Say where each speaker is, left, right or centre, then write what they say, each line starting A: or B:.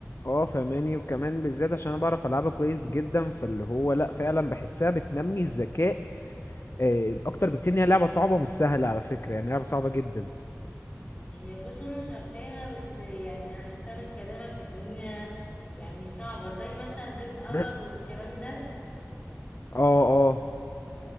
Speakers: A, on the left (about 50°); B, on the left (about 25°).
A: اه فهماني وكمان بالذات عشان انا بعرف العبها كويس جدا فاللي هو لا فعلا بحسها بتنمي الذكاء آه، اكتر بكتير ان هي لعبه صعبه مش سهله على فكره يعني لعبه صعبه جدا
B: هي بص انا مش عارفاها بس يعني انا حاساها من كلامك ان هي يعني صعبة زي مثلا ريد ألر
A: <coughs>
B: والكلام ده
A: اه اه